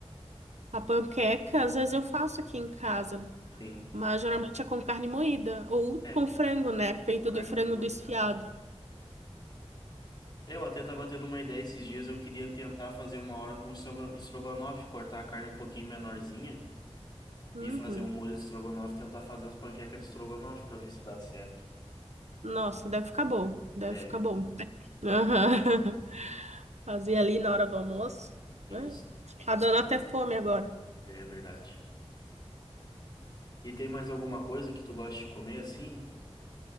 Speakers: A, on the right; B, on the left.
A: A panqueca, às vezes eu faço aqui em casa,
B: Sim.
A: mas geralmente é com carne moída ou
B: É,
A: com frango, né? Peito
B: com carne
A: de frango
B: moída
A: desfiado.
B: ao frango. Eu até tava tendo uma ideia esses dias, eu queria tentar fazer uma hora com estrogo- estrogonofe, cortar a carne um pouquinho menorzinha.
A: Uhum.
B: E fazer um molho de estrogonofe, tentar fazer as panquecas de estrogonofe pra ver se dá certo.
A: Nossa, deve ficar bom, deve
B: Deve.
A: ficar bom.
B: né?
A: Aham. <laughs> Fazia ali na hora do almoço,
B: Isso.
A: né? Tá dando até fome agora.
B: É verdade. E tem mais alguma coisa que tu gosta de comer assim?